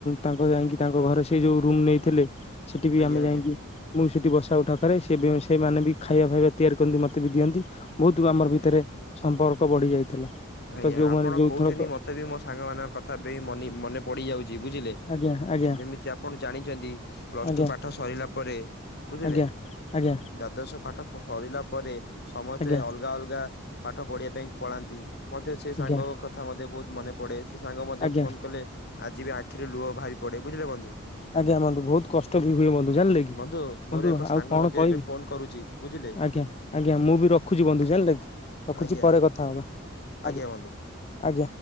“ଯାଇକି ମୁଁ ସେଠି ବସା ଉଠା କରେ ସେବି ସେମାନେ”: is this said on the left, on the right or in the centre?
Left